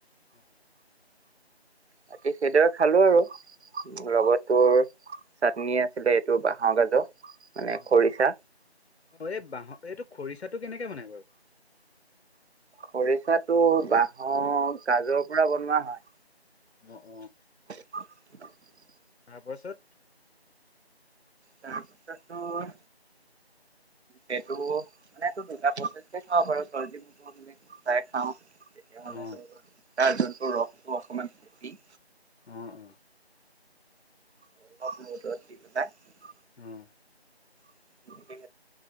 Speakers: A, on the left (about 75°); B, on the right (about 85°).
A: অ
B: বাকী সেইদৰে খালো আৰু।
A: অ
B: লগতোৰ চাটনি আছিলে এইটো বাঁহৰ গাজৰ মানে
A: অ'
B: খৰিচা
A: অ' অ' এই বহৰ এইটো খৰিচাটো কেনেকে বনাই বাৰু?
B: খৰিচাটো বাহঁৰ গাজৰ পৰা বনোৱা হয়।
A: অ' অ'।
B: <unintelligible>
A: তাৰপাছত
B: তাৰপিছত তোৰ সেইটো মানেটো দুটা প্ৰচেছে খাব পাৰ চৰ্জিব বুলি চাই খাওঁ তেতিয়া হ'লে
A: অ
B: তোৰ, তাৰ যোনটো ৰস <inaudible>
A: অ', অ'।
B: <inaudible>
A: অ'
B: <unintelligible>